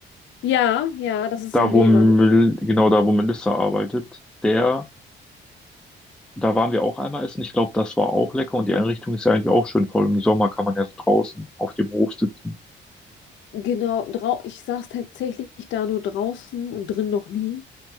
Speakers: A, on the left; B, in the centre.
A: ja, ja, das ist
B: da
A: in
B: wo,
A: Weber.
B: Mel-
A: ne?
B: genau da, wo Melissa arbeitet, der Da waren wir auch einmal essen. Ich glaube, das war auch lecker und die Einrichtung ist ja eigentlich auch schön. voll. im Sommer kann man ja so draußen auf dem Hof sitzen.
A: Genau, drau ich saß tatsächlich da nur draußen und drin noch nie.